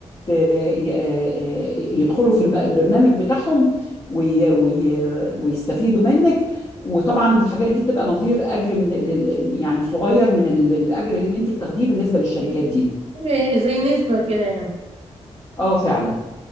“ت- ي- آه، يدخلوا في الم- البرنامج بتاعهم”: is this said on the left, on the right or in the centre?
Left